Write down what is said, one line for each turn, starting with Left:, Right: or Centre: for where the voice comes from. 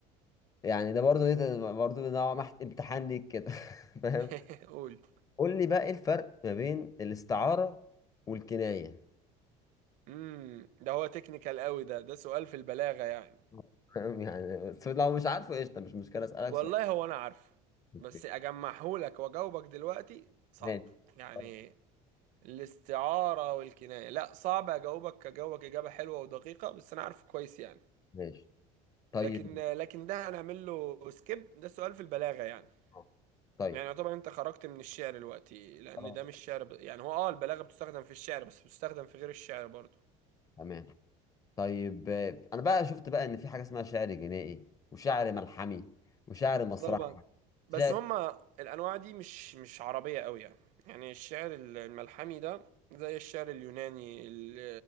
Left: يعني ده برضو ايه ده برضو نوع ما امتحان ليك كده <laughs> فاهم
Right: <laughs> قول
Left: قول لي بقى ايه الفرق ما بين الاستعارة والكناية
Right: امم ده هو تكنيكال قوي ده ده سؤال في البلاغة يعني
Left: <laughs> فاهم يعني بس لو مش عارفه قشطة مش مشكلة اسألك
Right: والله
Left: سؤال
Right: هو انا عارفه
Left: اوكي
Right: بس اجمعهولك واجاوبك دلوقتي صعب
Left: ماشي
Right: يعني
Left: خلاص،
Right: الاستعارة والكناية لا صعب اجاوبك اجاوبك اجابة حلوة ودقيقة بس انا عارفه كويس يعني
Left: ماشي طيب
Right: لكن لكن ده هنعمل له سكيب ده سؤال في البلاغة يعني
Left: اه، طيب
Right: يعني يعتبر انت خرجت من الشعر دلوقتي لان
Left: خلاص
Right: ده مش شعر ب... يعني هو اه البلاغة بتستخدم في الشعر بس بتستخدم في غير الشعر برضه
Left: تمام طيب آه، انا بقى شفت بقى ان في حاجة اسمها شعر جنائي وشعر ملحمي وشعر مسرحي
Right: طبعا بس
Left: شعر
Right: هما الانواع دي مش مش عربيه قوي يعني يعني الشعر الملحمي ده زي الشعر اليوناني ال-